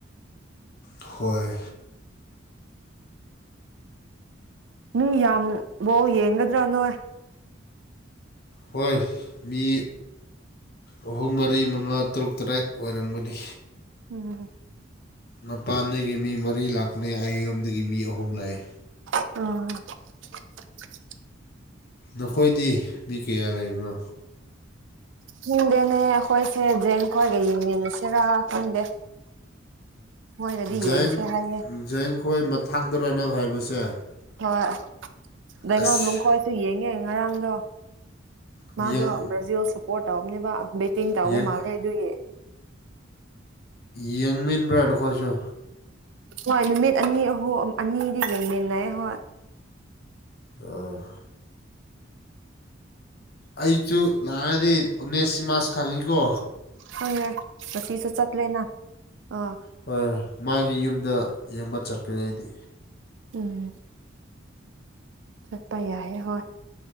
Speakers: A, on the left (about 50°); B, on the right (about 70°).
A: ꯍꯣꯏ
B: ꯅꯅꯨꯡ ꯌꯥꯝꯕꯣ ꯌꯦꯡꯒꯗ꯭ꯔꯥ ꯅꯣꯏ
A: ꯍꯣꯏ ꯃꯤ ꯑꯍꯨꯝ ꯃꯔꯤ ꯃꯉꯥ ꯇꯔꯨꯛ ꯇꯔꯦꯠ ꯑꯣꯏꯔꯝꯒꯅꯤ
B: ꯎꯝ
A: ꯃꯄꯥꯟꯗꯒꯤ ꯃꯤ ꯃꯔꯤ ꯂꯥꯛꯄꯅꯦ ꯑꯩ ꯌꯨꯝꯝꯗꯒꯤ ꯃꯤ ꯑꯍꯨꯝ ꯂꯥꯛꯑꯦ
B: ꯑꯣ
A: ꯅꯈꯣꯏꯗꯤ ꯃꯤ ꯀꯌꯥ ꯂꯩꯕ꯭ꯔꯣ
B: ꯈꯪꯗꯦꯅꯦ ꯑꯩꯈꯣꯏꯁꯦ ꯖꯦꯡ ꯈ꯭ꯋꯥꯒ ꯌꯦꯡꯃꯤꯟꯅꯁꯤꯔ ꯈꯪꯗꯦ ꯃꯣꯏꯅꯗꯤ
A: ꯖꯦꯡ
B: ꯌꯦꯡꯁꯦ ꯍꯥꯏꯌꯦꯦ
A: ꯖꯦꯡꯈꯣꯏ ꯑꯃ ꯊꯥꯡꯗꯔꯅ ꯍꯥꯏꯕꯁꯦ
B: ꯍꯣꯏ ꯗꯩꯉꯥꯝ
A: ꯑꯁ
B: ꯂꯅꯨꯡꯈꯣꯏꯁꯨ ꯌꯦꯡꯉꯦ ꯉꯔꯥꯡꯗꯣ ꯃꯥꯗꯣ
A: ꯌꯦꯡ
B: ꯕ꯭ꯔꯥꯖꯤꯜ ꯁꯄꯣꯔꯠ ꯇꯧꯕꯅꯦꯕ ꯕꯦꯇꯤꯡ ꯇꯧꯕ
A: ꯌꯦꯡ
B: ꯃꯥꯜꯂꯦ ꯑꯗꯨꯒꯤ
A: ꯌꯦꯡꯃꯤꯟꯕ꯭ꯔꯥ ꯅꯈꯣꯏꯁꯨ
B: ꯍꯣꯏ ꯅꯨꯃꯤꯠ ꯑꯅꯤ ꯑꯍꯨꯝ ꯑꯅꯤꯗꯤ ꯌꯦꯡꯃꯤꯟꯅꯩ ꯍꯣꯏ
A: ꯎ ꯑꯩꯁꯨ ꯂꯥꯛꯑꯗꯤ ꯑꯣꯅꯦꯁ ꯁꯤꯃꯥꯁ ꯈꯪꯉꯤꯀꯣ
B: ꯈꯪꯉꯦ ꯉꯁꯤꯁꯨ ꯆꯠꯂꯦꯅ ꯑꯥ
A: ꯍꯣꯏꯣꯏ ꯃꯥꯒꯤ ꯌꯨꯝꯗ ꯌꯦꯡꯕ ꯆꯠꯀꯅꯤ ꯑꯩꯗꯤ
B: ꯎꯝ ꯆꯠꯄ ꯌꯥꯏꯍꯦ ꯍꯣꯏ